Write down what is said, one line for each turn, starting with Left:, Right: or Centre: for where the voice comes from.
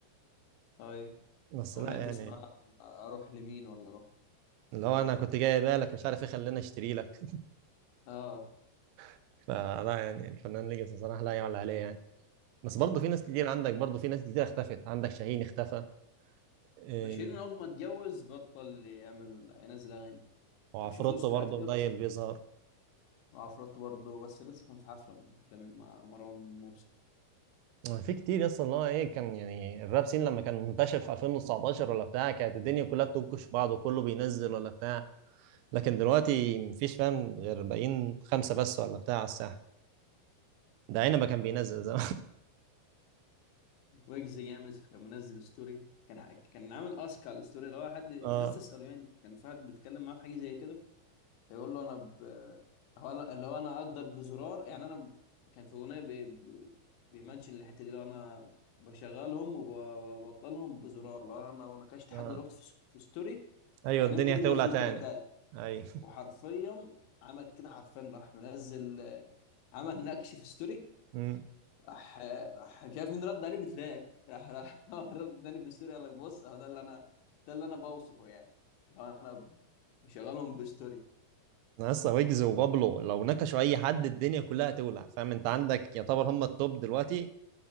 Left: ايوه
Right: بس
Left: اغنيه
Right: لا يعني
Left: اسمها اروح لمين ولا اروح
Right: اللي
Left: حاجه
Right: هو
Left: زي
Right: انا
Left: كده
Right: كنت جاي بالك مش عارف ايه خلينا اشتري لك
Left: اه
Right: <laughs> فلا يعني الفنان ليجاسي صراحة لا يعلى عليه يعني بس برضه في ناس كتير عندك برضه في ناس كتير اختفت عندك شاهين اختفى إيه
Left: ماشيين من اول ما اتجوز بطل يعمل ينزل اغاني
Right: وعفروتو
Left: انا بشوف له استريهات
Right: برضه
Left: كده
Right: قليل
Left: بس
Right: بيظهر
Left: وعفروت برضه بس لسه كان في حفله من كام يوم مع مروان موسى
Right: آه، في كتير اصلا اللي هو ايه كان يعني الراب سين لما كان منتشر في 2019 ولا بتاع كانت الدنيا كلها بتنكش في بعض وكله بينزل ولا بتاع لكن دلوقتي مفيش فاهم غير باقيين خمسة بس ولا بتاع على الساحة ده عنبة كان بينزل زمان
Left: ويجز جامد كان منزل ستوري كان ح- كان عامل اسك على الستوري اللي هو حد الناس
Right: <laughs> اه
Left: تساله يعني كان في حد بيتكلم معاه في حاجه زي كده فيقول له انا ب... هو انا اللي هو انا اقدر بزرار يعني انا ب... كان في اغنيه ب... ب... بيمنشن الحته دي اللي هو انا بشغلهم وببطلهم بزرار لو انا لو نكشت
Right: اه
Left: حد دلوقتي في, س- في ستوري
Right: ايوه
Left: خليهم
Right: الدنيا
Left: كلهم
Right: هتولع
Left: ينزلوا
Right: تاني
Left: تراكات
Right: اي
Left: وحرفيا عمل كده حرفيا راح منزل آه، عمل نكش في ستوري
Right: امم
Left: راح راح مش عارف مين رد عليه بتراك راح راح <laughs> هو رد تاني في الستوري قال لك بص اهو ده اللي انا ده اللي انا بوصفه يعني لو انا بشغلهم بستوري
Right: لسه ويجز وبابلو لو نكشوا اي حد الدنيا كلها هتولع فاهم انت عندك يعتبر هم التوب دلوقتي